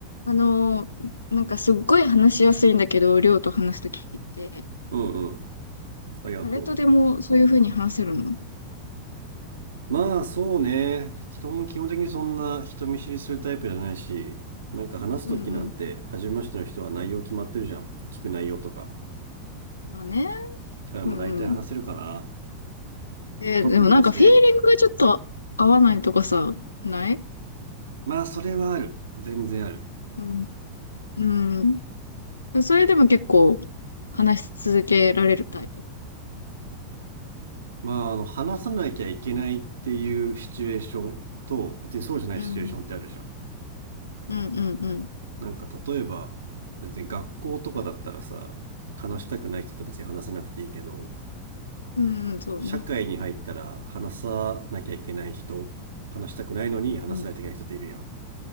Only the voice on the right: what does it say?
うんうん。ありがとう。
まあそうね。基本、基本的にそんな人見知りするタイプじゃないし、なんか話すときなんて、
初めましての人は内容決まってるじゃん。聞く内容とか。
だからまあ大体話せるかな。
特技ですね。
まあそれはある。全然ある。
まああの、話さなきゃいけないっていうシチュエーションと、別にそうじゃないシチュエーションってあるじゃん。
なんか例えば、別に学校とかだったらさ、話したくない人と別に話さなくていいけど、
社会に入ったら話さなきゃいけない人、話したくないのに話さないといけない人っているやん。